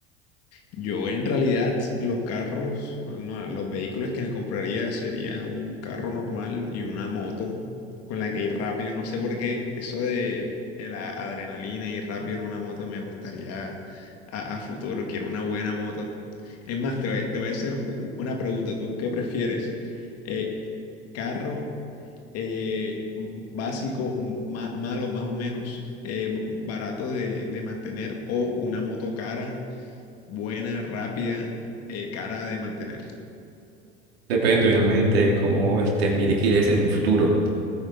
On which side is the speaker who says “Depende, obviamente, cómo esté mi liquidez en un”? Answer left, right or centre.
Right